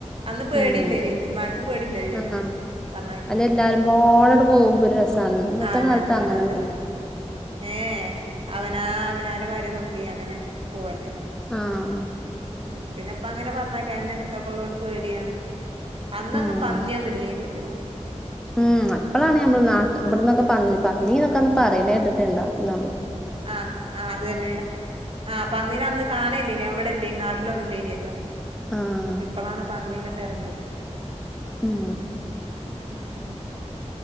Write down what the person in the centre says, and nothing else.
ഉം
ആഹ്
അല്ല എല്ലാരുംപാടട് പോകുമ്പോ ഒരു രസാണ് ഇന്നത്തെ
കാലത്ത്
അങ്ങനൊന്നുല്ല
ആഹ്
ഉം
ഉം അപ്പളാണ് ഞമ്മള് നാട്ട് ബട്ന്ന്ക്കെ പന്ന് പന്നീന്നൊക്കന്ന് പറയുന്നേട്ടിട്ട്ണ്ടാവും ന്നൊള്ളൂ
ആഹ്
ഉം